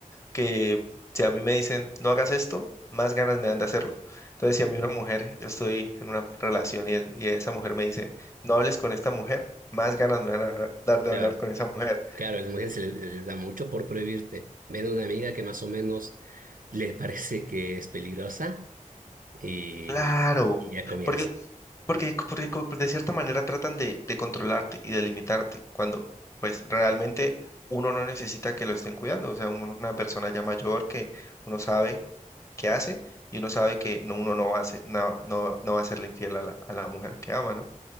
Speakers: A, on the left; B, on the right.
A: que si a mí me dicen no hagas esto, más ganas me dan de hacerlo. Entonces, si a mí una mujer, yo estoy en una relación y, el- y esa mujer me dice no hables con esta mujer, más ganas me van a dar de
B: Claro,
A: hablar con esa mujer.
B: claro, a las mujeres se les, se les da mucho por prohibirte. Ven a una amiga que más o menos les <laughs> parece que es peligrosa y,
A: Claro,
B: y ya comienza.
A: porque, porque, porque co- de cierta manera tratan de, de controlarte y de limitarte, cuando pues realmente uno no necesita que lo estén cuidando. O sea, uno- una persona ya mayor que uno sabe qué hace y uno sabe que no, uno no va a ser, no, no, no va a serle infiel a la, a la mujer que ama, ¿no?